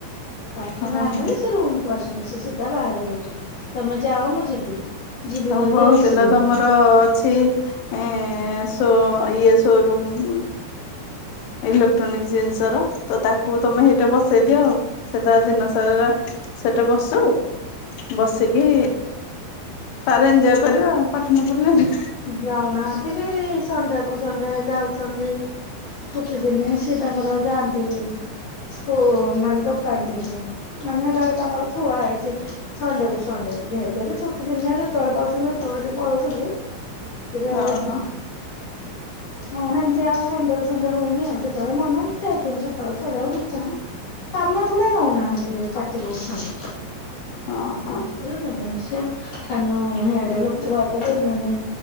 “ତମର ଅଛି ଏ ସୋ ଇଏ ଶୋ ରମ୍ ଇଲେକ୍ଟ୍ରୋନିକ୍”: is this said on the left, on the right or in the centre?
Left